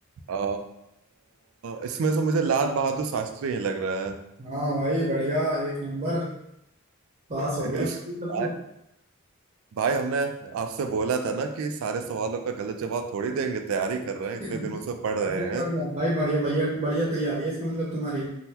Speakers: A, on the right; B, on the right.
A: आ, इसमें से मुझे लाल बहादुर शास्त्री ही लग रहा
B: हाँ भाई बढ़िया एक नंबर पास
A: है <laughs>
B: हो गया इसका मतलब तुम
A: भाई हमने आपसे बोला था ना कि सारे सवालों का गलत जवाब थोड़ी देंगे तैयारी कर रहे हैं
B: नहीं
A: इतने दिनों से पढ़ रहे
B: बढ़िया
A: हैं
B: भाई बढ़िया भैया बढ़िया तैयारी है इसका मतलब तुम्हारी